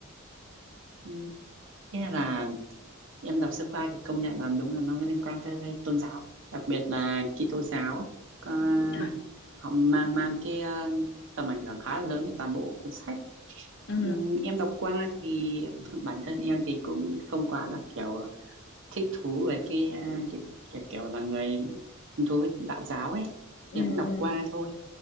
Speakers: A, on the right; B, on the left.
A: Ừ, Nghĩa là em đọc sơ qua thì công nhận là đúng là nó liên quan tới cái tôn giáo, đặc biệt là Kitô giáo. Có,
B: chuẩn
A: họ mang mang cái ờ, tầm ảnh hưởng khá là lớn đến toàn bộ cuốn sách.
B: ừ
A: Ừm, Em đọc qua thì <laughs> bản thân em thì cũng không quá là kiểu thích thú về cái ờ, cái kiểu kiểu là người hứng thú với đạo giáo ấy.
B: ừ
A: Thì em cũng đọc
B: ừ
A: qua thôi.